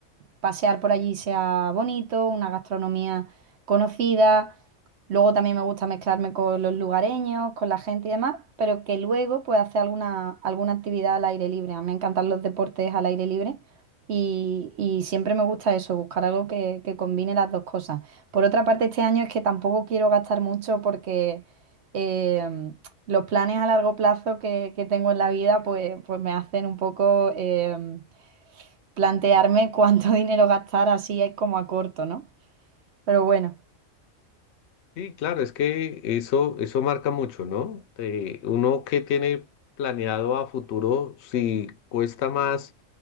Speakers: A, on the right; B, on the left.
A: pasear por allí sea bonito, una gastronomía conocida. Luego también me gusta mezclarme con los lugareños, con la gente y demás, pero que luego pues hacer alguna, alguna actividad al aire libre. A mí me encantan los deportes al aire libre y, y siempre me gusta eso, buscar algo que, que combine las dos cosas. Por otra parte, este año es que tampoco quiero gastar mucho porque... em, los planes a largo plazo que, que tengo en la vida, pues, pues me hacen un poco em, plantearme cuánto <laughs> dinero gastar así es como a corto, ¿no? Pero bueno.
B: Sí, claro, es que eso, eso marca mucho, ¿no? Eh, uno que tiene planeado a futuro, si cuesta más,